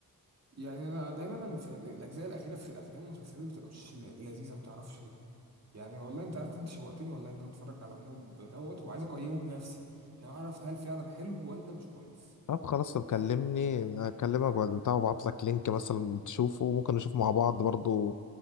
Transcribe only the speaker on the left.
طب خلاص طب كلمني
اكلمك بعد بتاع وابعت لك لينك مثلا تشوفه وممكن نشوف مع بعض برضو